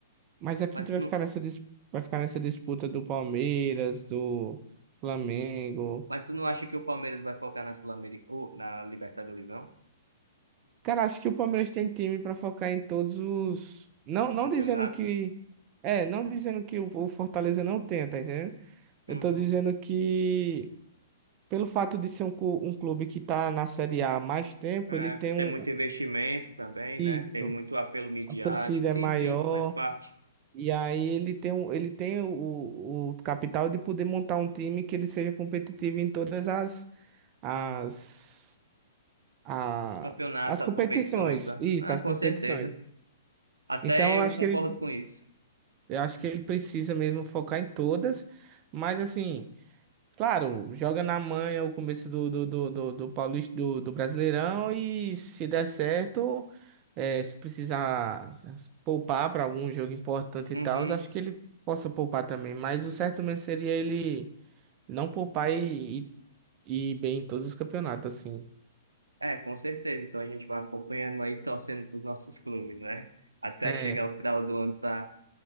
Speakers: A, on the right (about 30°); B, on the right (about 90°).
A: Mas acredito
B: Mas
A: que
B: tu,
A: vai ficar nessa, dis- vai ficar nessa disputa do Palmeiras, do Flamengo.
B: mas tu não acha que o Palmeiras vai focar na Sul-América, ou na Libertadores, não?
A: Cara, acho que o Palmeiras tem time pra focar em todos os... Não, não
B: Campeonato?
A: dizendo que... É, não dizendo que o o Fortaleza não tenta, entendeu? Eu
B: Uhum.
A: tô dizendo que, pelo fato de ser um, cu- um clube que tá na Série A há mais tempo,
B: É,
A: ele tem um.
B: tem muito investimento também,
A: Isso.
B: né? Tem muito apelo midiático.
A: A torcida
B: Sim,
A: é maior.
B: sim, faz parte.
A: E aí ele tem, um, ele tem o, o o capital de poder montar um time que ele seja competitivo em todas as, as, a,
B: Os campeonatos,
A: as
B: as
A: competições.
B: competições, né?
A: Isso,
B: Ah,
A: as
B: com
A: competições.
B: certeza. Até
A: Então eu
B: eu
A: acho
B: concordo
A: que ele,
B: com isso.
A: eu acho que ele precisa mesmo focar em todas. Mas assim. Claro, joga na manha o começo do, do, do, do, do Paulista, do, do Brasileirão e se der certo, eh, se precisar poupar para algum jogo importante
B: Uhum.
A: e tal, acho que ele possa poupar também. Mas o certo mesmo seria ele não poupar e, e, e ir bem em todos os campeonatos, assim.
B: É, com certeza. Então a gente vai acompanhando aí, torcendo para os nossos clubes, né? Até
A: É,
B: chegar o final do ano para,